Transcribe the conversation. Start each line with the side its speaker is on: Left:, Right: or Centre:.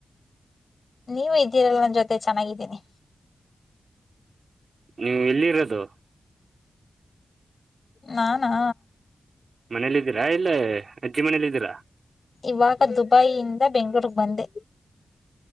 Left: ನೀವು ಇದ್ದೀರಲ್ಲ ನನ್ನ ಜೊತೆ ಚೆನ್ನಾಗಿದ್ದೀನಿ
Right: ನೀವು ಎಲ್ಲಿ ಇರೋದು
Left: ನಾನಾ
Right: ಮನೇಲಿಯಿದ್ದೀರಾ ಇಲ್ಲ ಅಜ್ಜಿ ಮನೇಲಿಯಿದ್ದೀರ
Left: ಇವಾಗ ದುಬೈಯಿಂದ ಬೆಂಗಳೂರಿಗೆ ಬಂದೆ